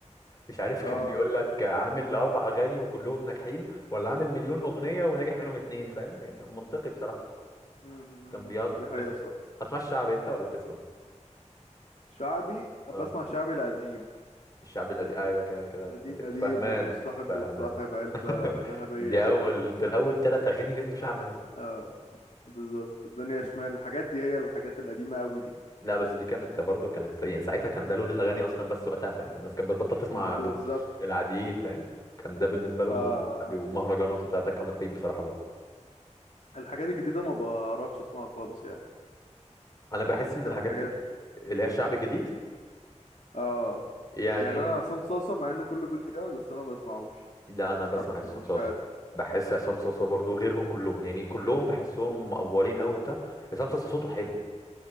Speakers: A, on the left; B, on the left.
A: مش عارف كان
B: اه
A: بيقول لك عامل اربع اغاني وكلهم ناجحين ولا عامل مليون اغنيه وناجح منهم اتنين فاهم يعني منطقي بصراحه
B: امم
A: كان بيهزر
B: دي حقيقه
A: بس
B: الصراحه
A: هتسمع الشعبي انت ولا بتسمع
B: شعبي
A: اه
B: بسمع شعبي القديم
A: الشعبي القديم ايوه كده كده
B: قديم
A: بت...
B: قديم
A: فهمان
B: مفيش صاحب
A: فهمان
B: بيتصاحب علبه
A: <laughs>
B: ذهبيه
A: دي اول ده الاول ثلاث اغاني نزلوا شعبي مثلا
B: آه. بالظبط الدنيا شمال الحاجات دي هي الحاجات القديمة قوي دي
A: لا بس دي كانت برضه كانت يعني ساعتها كان ده لون الاغاني اصلا بس وقتها فاهم الناس كانت بتبطل تسمع
B: بالظبط
A: ال- العاديين فاهم كان ده بالنسبه لهم
B: آه
A: الشعبي ومهرجانات وبتاع ده كان رهيب بصراحه برضه
B: الحاجات الجديدة ما بعرفش اسمعها خالص يعني
A: انا بحس ان
B: آه
A: الحاجات
B: حاجات
A: ال- اللي هي الشعب الجديد
B: اه
A: يعني
B: يعني انا عصام صاصا مع انه كله بيقول جامد بس انا ما بسمعوش
A: لا انا بسمع
B: حب
A: عصام
B: مش
A: صاصا
B: عارف
A: بحس عصام صاصا برضه غيرهم كلهم يعني كلهم بحسهم مقفورين قوي بتاع عصام صاصا صوته حلو